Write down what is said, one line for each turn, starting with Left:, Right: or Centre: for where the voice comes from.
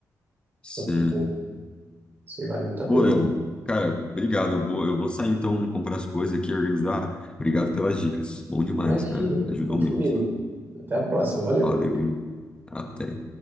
Left: Sim.
Right: da picanha. Isso aí vale muito a pena.
Left: Pô, Léo, cara, obrigado. Eu vou, eu vou sair então comprar as coisas aqui, organizar. Obrigado pelas dicas. Bom demais,
Right: Imagina.
Left: cara. Ajudou
Right: Conte
Left: muito.
Right: comigo. Até a próxima. Valeu.
Left: Valeu, hein? Até.